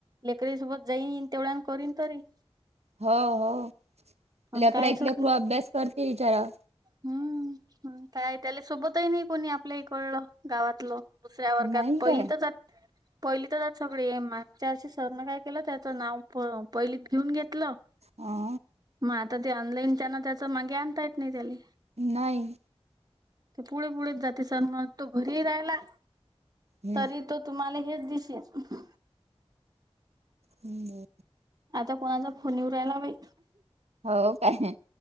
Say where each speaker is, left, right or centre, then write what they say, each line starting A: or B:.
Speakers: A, on the right; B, on the right.
A: लेकरीसोबत जाईनन तेवढ्या करीन तरी
B: हो हो
A: पण
B: ललेकडा
A: कायच
B: इतल्याकू
A: होते
B: अभ्यास करते विचारा
A: हम्म काय त्याला सोबतही नाही कोणी आपल्या इकडलं गावातलं. दुसऱ्या वर्गात
B: नाही
A: पहिली
B: काय
A: तरच. पहिली तरच आ सगळे ए मागच्या अशी सरनं काय केलं त्याचं नाव पहिलीत घेऊन घेतलं.
B: हा
A: मग आता ते ऑनलाईन त्या ना त्याच मागे आणता येत नाही त्याला
B: नाही.
A: ते पुढे पुढेच जाते सर मग तो घरी राहिला
B: हम्म,
A: तरी तो तुम्हाला हेच दिसेल.
B: हांब
A: आता कोणाचा फोन येऊ रायला बाई
B: हो काय